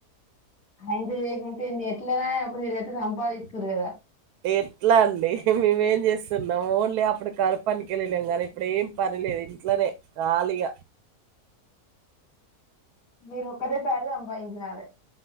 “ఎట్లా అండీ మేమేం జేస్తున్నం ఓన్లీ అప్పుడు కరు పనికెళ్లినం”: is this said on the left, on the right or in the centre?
Right